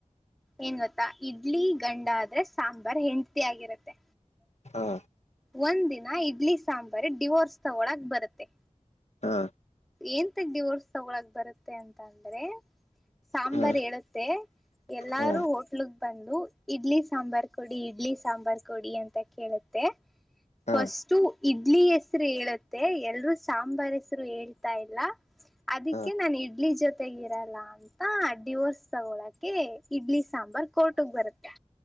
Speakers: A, in the centre; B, on the left.
A: ಏನ್ ಗೊತ್ತಾ ಇಡ್ಲಿ ಗಂಡ ಆದ್ರೆ ಸಾಂಬಾರ್ ಹೆಂಡತಿ ಆಗಿರತ್ತೆ.
B: ಹಾ
A: ಒಂದ ದಿನ ಇಡ್ಲಿ ಸಾಂಬಾರ್ ಡಿವೋರ್ಸ್ ತಗೊಳಕ್ ಬರತ್ತೆ.
B: ಹಾ
A: ಎಂತಗ ಡಿವರ್ಸ್ ತಗೊಳಕ ಬರುತ್ತೆ ಅಂತ ಅಂದ್ರೆ ಸಾಂಬಾರ್
B: ಹಾ
A: ಹೇಳುತ್ತೆ. ಎಲ್ಲಾರೂ
B: ಹಾ
A: ಹೋಟ್ಲ್ಗ್ ಬಂದು ಇಡ್ಲಿ ಸಾಂಬಾರ್ ಕೊಡಿ ಇಡ್ಲಿ ಸಾಂಬಾರ್ ಕೊಡಿ ಅಂತ ಕೇಳತ್ ತ್ತೆ
B: ಹಾ
A: ಫಸ್ಟ್ ಇಡ್ಲಿ ಹೆಸರ ಹೇಳತ್ತೆ ಎಲ್ರೂ ಸಾಂಬಾರ್ ಹೆಸರು ಹೇಳ್ ಇಲ್ಲ ಅದಕ್ಕೆ
B: ಹಾ
A: ನಾನ್ ಇಡ್ಲಿ ಜೊತೆ ಇರಲ್ಲ. ಅಂತ ಡಿವೋರ್ಸ್ ತಗೊಳಕೆ ಇಡ್ಲಿ ಸಾಂಬಾರ್ ಕೋರ್ಟಗ್ ಬರತ್ತೆ.